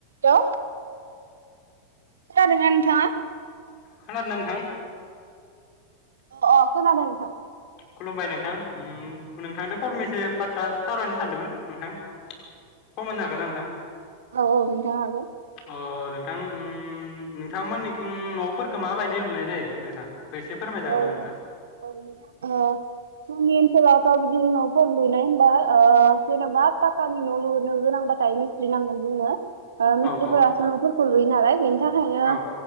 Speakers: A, on the right; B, on the left.
A: हेल' खोनादोंना नोंथांङा?
B: खोनादोना नोंथां?
A: अ अ खोनादों नोंथां ।
B: खुलुमबाय नोंथां । उम्म नोंथांदो फरमेसेब बाथ्रा सावरायनो सानदोंमोन नोंथां । सम होनो हागोन ना नोंथां?
A: औ औ नोंथाङा हागोन
B: अ नोंथां उम्म नोंथांमोननिखिं न'फोरखो माबायदि लुनाय जायो नोंथां? एसे फोरमायजागोन
A: औ
B: नामा नोंथां?
A: औ नोंथां ओ जोंनि ओनसोलावथ' बिदिनो न'फोर लुनाय होनबा ओ जेन'बा पाखानि न' लुनो गोनांबाथाय मिस्थ्रि नांगोन जोंनो । ओ मिसथ्रिफोरासो
B: औ औ
A: न'फोरखौ लुयोनालाय बेनि थाखायनो
B: औ